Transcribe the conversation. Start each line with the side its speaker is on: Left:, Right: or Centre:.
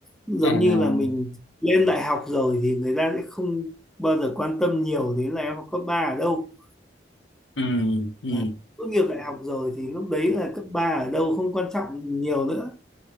Centre: giống
Left: à
Centre: như là mình lên đại học rồi thì người ta sẽ không bao giờ quan tâm nhiều đến là em học cấp ba ở đâu
Left: ừ ừ
Centre: Đấy. Tốt nghiệp đại học rồi thì lúc đấy là cấp 3 ở đâu không quan trọng nhiều nữa.